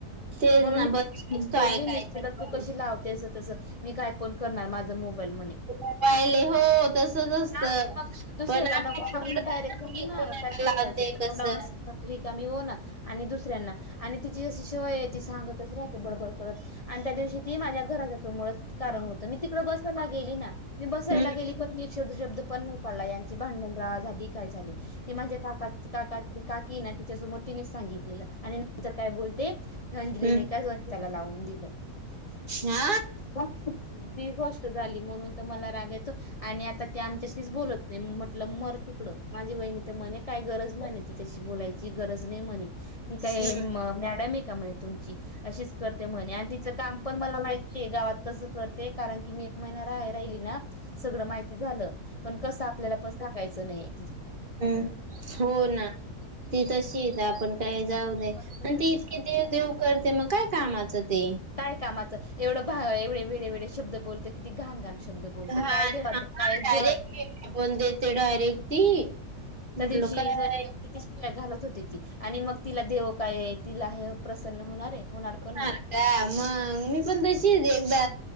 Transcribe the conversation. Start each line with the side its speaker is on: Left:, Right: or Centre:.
Right: तेच
Left: म्हणून
Right: ना
Left: मी
Right: बरं असतो
Left: बोलली
Right: ऐकायचं
Left: मीस तू
Right: पण
Left: कशी लावते अस तसं मी काय पण करणार माझा मोबाईल म्हणे.
Right: मोबाईल आहे, हो तसच असतं.
Left: हा पण मग दुसऱ्याला
Right: पण आपल्याला
Left: नको सांगुन
Right: कळत
Left: डायरेक्ट सांगू
Right: की
Left: ना
Right: कोणाला
Left: काय सांगायच.
Right: लावते कसं.
Left: नमस्त पब्लिक <unintelligible> म्ही हो ना आणि दुसऱ्यांना आणि तिचीशी सिवाय आहे ती सांगतच राहते बडबर करत त्या दिवशी ती माझ्या घराच्या समोरच कारण होतं मी तिकडं बसायला गेली ना मी बसायला
Right: हम्म
Left: गेली पण शब्द पण मुपडला यांची भांडण रा झाली. ती काय झाली ते माझे काका काकी ना तिच्या समोर तिने सांगितलं आणि नंतर काय बोलते अंजलीने
Right: हम्म
Left: का ज त्याला लावून दिलं
Right: हा
Left: ती गोष्ट झाली म्हणूनत म मला रागायेतो आणि आता ते आमच्याशीच बोलत नाही म्हटलं मर तिकडं माझी वहिणी तर म्हणे काय गरज म्हणे तिच्याशी बोलायची गरज नाही म्हणे मी काय
Right: हम्म.
Left: मॅडम आहे का म्हणे तुमची असंच करते म्हणे तिच काम पण मला माहितीय आहे गावात कस कर ते कारण की मी एक महिना राहा राहिली ना सगळं माहिती झालं पण कसं आपल्याला पण सांगायचं नाहीय.
Right: हम्म हो ना ती तशी येत तर आपण काय जाऊ आणि
Left: पण पण तसच
Right: ते इतकी
Left: तिच्यासारखं
Right: देव देव करते मग काय कामाचं ते
Left: काय कामाचं एवढं एवे वेळे वेळे शब्द बोलतं किती घाण घाण शब्द बोलते
Right: हा
Left: काय देवाचं
Right: ह
Left: कायच
Right: डायरेक्ट
Left: देवाचं
Right: फोन देते डायरेक्ट ती म्हटल
Left: त्या दिवशी
Right: काय
Left: वनिताला किती घालत होते ती आणि मग तिला देव काय आहे तिला हे प्रसन्न होणार आहे. पण
Right: होणार
Left: नाही.
Right: का मग मी पण तशीच एकदा